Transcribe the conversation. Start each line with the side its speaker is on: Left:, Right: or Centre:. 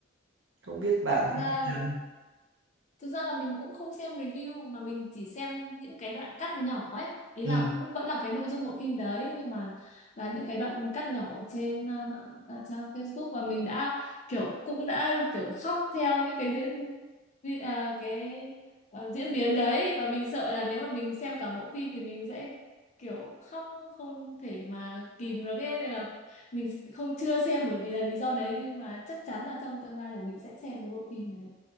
Right: không biết bạn
Left: thực
Right: thấy
Left: ra
Right: thế nào
Left: Thực ra là mình cũng không xem review mà mình chỉ xem những cái đoạn cắt nhỏ ấy. Ý
Right: ừ,
Left: là cũng vẫn là cái nội dung bộ phim đấy nhưng mà là những cái đoạn cắt nhỏ trên ờ, mạng ờ, trang Facebook và mình đã kiểu cũng đã kiểu khóc theo những cái diễn di- à, cái ờ, diễn biến đấy và mình sợ là nếu mà mình xem cả bộ phim thì mình sẽ kiểu khóc không thể mà kìm được ấy nên là mình không chưa xem bởi vì là lý do đấy nhưng mà chắc chắn là trong tương lai là mình sẽ xem cái bộ phim đấy.